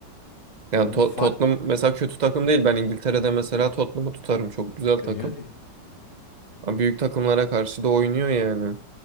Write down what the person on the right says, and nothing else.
Yani
To-
Tottenham mesela kötü takım değil. Ben İngiltere'de mesela Tottenham'ı tutarım. Çok güzel takım.
Ama büyük takımlara karşı da oynuyor yani.